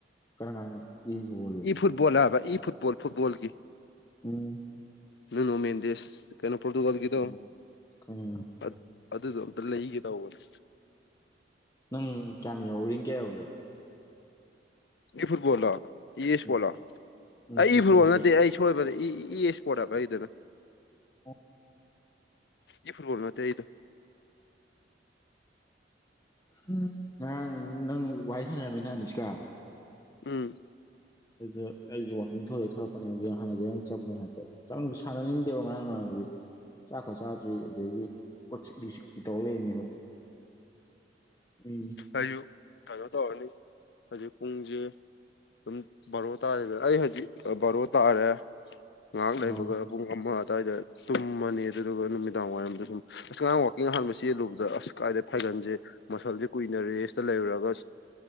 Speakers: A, on the left; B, on the left.
A: ꯀꯅꯥꯅꯣ ꯌꯦꯡꯒꯣꯏ <unintelligible>
B: ꯐꯨꯠꯕꯣꯜ ꯍꯥꯕ ꯏ ꯐꯨꯠꯕꯣꯜ ꯐꯨꯠꯕꯣꯜꯒꯤ
A: ꯎꯝ
B: ꯅꯅꯣꯃꯦꯟꯗꯦꯁ ꯀꯩꯅꯣ ꯄꯣꯔꯇꯨꯒꯜꯒꯤꯗꯣ
A: ꯎꯝ ꯈꯪꯉꯦ
B: ꯑ ꯑꯗꯨꯗꯣ ꯑꯝꯇ ꯂꯩꯒꯦ ꯇꯧꯕꯅꯦ
A: ꯅꯪ ꯀꯌꯥꯝ ꯌꯧꯔꯤ ꯒꯥꯏꯌꯧꯒꯦ
B: ꯏ ꯐꯨꯠꯕꯣꯜ ꯂꯣ ꯏ ꯏꯁ꯭ꯄꯣꯠꯂꯣ
A: ꯎꯝ ꯎꯝ
B: ꯑꯩ
A: ꯏꯁꯄꯣꯔꯠ
B: ꯏ ꯐꯨꯠꯕꯣꯜ
A: ꯏꯁꯄꯣꯔꯠ
B: ꯅꯠꯇꯦ ꯑꯩ ꯁꯣꯏꯕꯅꯦ ꯏ ꯏ ꯏꯁ꯭ꯄꯣꯔꯠ ꯍꯥꯌꯕ ꯑꯩꯗꯨꯅ
A: ꯑꯣ
B: ꯏ ꯐꯨꯠꯕꯣꯜ ꯅꯠꯇꯦ ꯑꯩꯗꯣ
A: ꯎꯝ ꯉꯍꯥꯡ ꯅꯪ ꯋꯥꯔꯤ ꯁꯥꯟꯅꯔꯝꯃꯤꯅ ꯑꯅꯤꯁꯀꯥ
B: ꯎꯝ
A: ꯑꯩꯖꯨ ꯇꯩꯗ ꯋꯥꯛꯀꯤꯡ ꯊꯣꯛꯂ ꯊꯣꯛꯂꯛꯄꯅꯦ ꯒꯦꯝ ꯁꯥꯟꯅꯖꯦꯅ <unintelligible> ꯆꯪꯕ ꯍꯥꯏꯐꯦꯠ ꯆꯪ ꯁꯥꯟꯅꯅꯤꯡꯗꯦꯕ ꯉꯔꯥꯡ ꯅꯍꯥꯟꯗꯤ ꯆꯥꯛ ꯀ ꯆꯥꯗ꯭ꯔꯤ ꯑꯗꯩꯗꯤ ꯀꯣꯛ ꯆꯤꯛꯂꯤ ꯆꯤꯛꯂꯤ ꯇꯧ ꯂꯩꯔꯤꯅꯦꯕ ꯎꯝ
B: ꯑꯌꯨꯛ ꯀꯩꯅꯣ ꯇꯧꯔꯅꯤ ꯍꯧꯖꯤꯛ ꯄꯨꯡꯁꯦ ꯑꯗꯨꯝ ꯕꯥꯔꯣ ꯇꯥꯔꯦꯗꯅ ꯑꯩ ꯍꯧꯖꯤꯛ ꯕꯔꯣ ꯇꯥꯔꯦ ꯉꯥꯏꯍꯥꯛ
A: ꯎꯝ
B: ꯂꯩꯕꯒ ꯄꯨꯡ ꯑꯃ ꯑꯋꯥꯏꯗ ꯇꯨꯝꯃꯅꯤ ꯑꯗꯨꯗꯨꯒ ꯅꯨꯃꯤꯗꯥꯡ ꯋꯥꯏꯔꯝꯗ ꯁꯨꯝ ꯑꯁ ꯉꯔꯥꯡ ꯋꯥꯛꯀꯤꯡ ꯑꯍꯥꯟꯕ ꯆꯦꯜꯂꯨꯕꯗ ꯑꯁ ꯀꯥꯏꯗꯩ ꯐꯥꯏꯒꯟꯁꯦ ꯃꯁꯜꯁꯦ ꯀꯨꯏꯅ ꯔꯦꯁꯇ ꯂꯩꯔꯨꯔꯒ